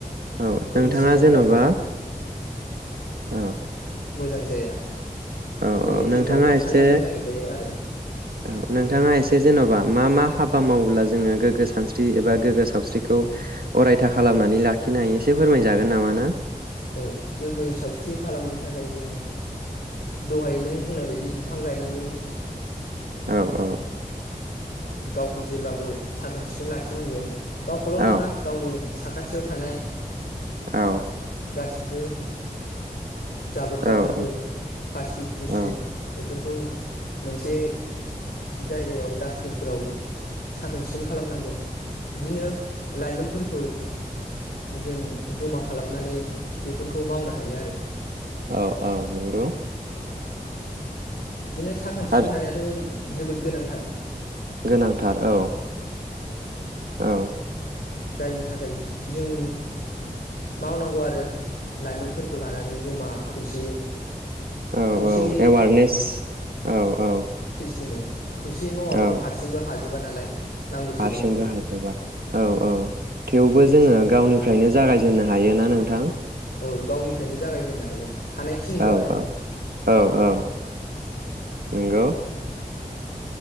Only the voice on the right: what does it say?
औ
नोंथाङा
जेन'बा औ
औ
औ नोंथाङा एसे
औ नोंथाङा एसे जेनबा मा मा हाबा मावोब्ला जोङो गोगो सानस्रि एबा गोग्गो सावस्रिखौ अरायथा खालामनानै लाखिनो हायो एसे फोरमायजागोन नामा ना?
औ औ
औ
औ
औ
औ
औ औ नंगौ।
आरो
गोनांथार औ औ
औ
औ एवारनेस औ औ
औ
हारसिंबो हाजोबा औ औ थेवबो जोङो गावनिफ्रायनो जागायजेननो हायो ना नोंथां
औ
औ औ औ नंगौ